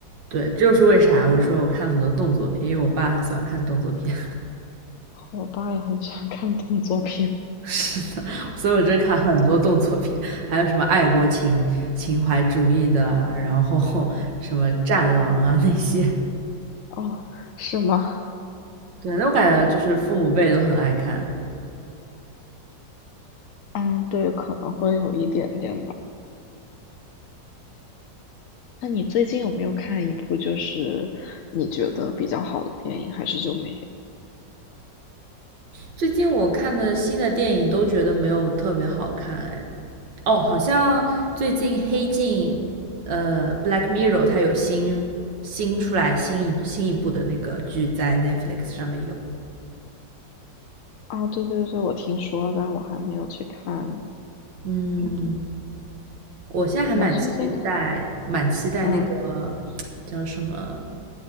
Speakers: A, on the right; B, on the left.
A: 对，这就是为啥我说我看了很多动作片，因为我爸很喜欢看动作片，
B: 我爸也很喜欢看动作片。
A: <laughs> 所以我真看很多动作片，还有什么爱国情情怀主义的啊，然后 <laughs> 什么战狼啊那些。
B: 哦，是吗？
A: 对，那我感觉就是父母辈都很爱看。
B: 嗯，对，可能会有一点点吧。那你最近有没有看一部就是你觉得比较好的电影，还是就没有？
A: 最近我看的新的电影都觉得没有特别好看哎。哦，好像最近黑镜，呃，《Black Mirror》它有新新出来新一新一部的那个剧在 Netflix 上面有。
B: 啊，对对对，我听说了，但我还没有去看呢。
A: 嗯，我现在还蛮期待，
B: 我最近看，
A: 蛮期待那个
B: 嗯，
A: 叫什么，